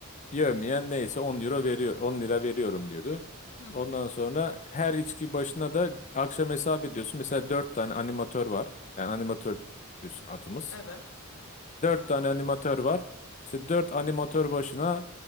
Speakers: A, on the left; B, on the left.
A: yevmiyen neyse 10 euro veriyor 10 lira veriyorum diyordu.
B: Hı hı.
A: Ondan sonra her içki başına da akşam hesap ediyorsun. Mesela 4 tane animatör var. Yani animatör düz atımız.
B: Evet.
A: Dört tane animatör var. İşte dört animatör başına